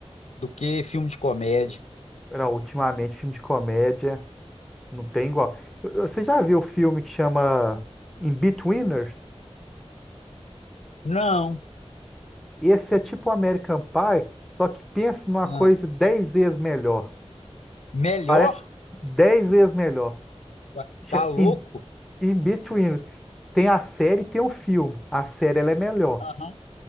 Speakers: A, on the left; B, in the centre.
A: do que filme de comédia.
B: Não, ultimamente filme de comédia não tem igual. Eu- eu- Você já viu o filme que chama In Betweeners?
A: Não,
B: Esse é tipo American Pie, só que pensa numa
A: não.
B: coisa dez vezes melhor.
A: Melhor?
B: Parece dez vezes melhor.
A: Ué,
B: Cha-
A: tá louco?
B: In, In Betweeners. Tem a série e tem o filme. A série ela é melhor.
A: Aham,